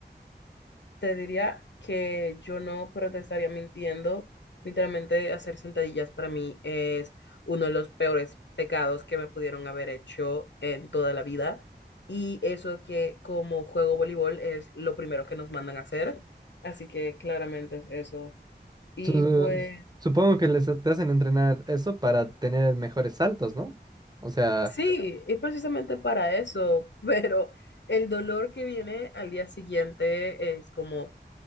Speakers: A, on the left; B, on the right.
A: Te diría que yo no, pero te estaría mintiendo. Literalmente hacer sentadillas para mí es uno de los peores pecados que me pudieron haber hecho en toda la vida. Y eso que como juego voleibol es lo primero que nos mandan a hacer. Así que claramente es eso. Y
B: Su-
A: pues...
B: supongo que les te hacen entrenar eso para tener mejores saltos, ¿no? O sea,
A: Sí, es precisamente para eso, <laughs> pero el dolor que viene al día siguiente es como...